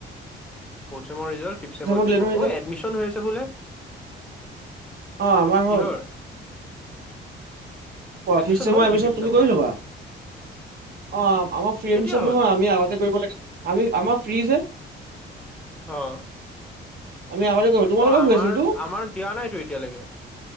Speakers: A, in the centre; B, on the right.
A: ফোৰ্ট চেমৰ ৰিজাল্ট ফিফত চেমট
B: দিলে
A: দিব।
B: নহয় ৰিজাল্ট
A: অই এডমিশন হৈ আছে বোলে।
B: অ', আমাৰ
A: কিহৰ
B: হ'ল।
A: <inaudible>
B: অ',
A: এডমিশন
B: ফিফ্ট চেমৰ
A: হ'ল নেকি
B: এডমিছন
A: ফিফ্থ
B: তুমি
A: চেমৰ
B: কৰি ল'বা। অ', আমাৰ ফ্ৰী
A: কেতিয়া
B: এডমিছন
A: হ'ল
B: নহয় আমি আগতে কৰিব লাগে যে আমি আমাৰ ফ্ৰী যে।
A: অ'।
B: আমি আগতে কৰিব লাগে তোমালোকৰও
A: অ আমাৰ
B: হৈ আছিলটো।
A: আমাৰ দিয়া নাইতো এতিয়ালৈকে